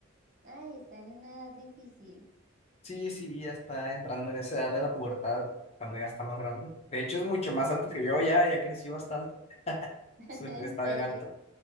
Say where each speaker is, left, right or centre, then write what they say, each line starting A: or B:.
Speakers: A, on the right; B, on the left.
A: Ay, está en una edad difícil.
B: Sí, sí, ya está entrando en esa edad de la pubertad, cuando ya está más grande. De hecho, es mucho más alto que yo ya, ya crecí bastante.
A: <laughs>
B: Soy-
A: ¿En
B: Está
A: serio?
B: bien alto.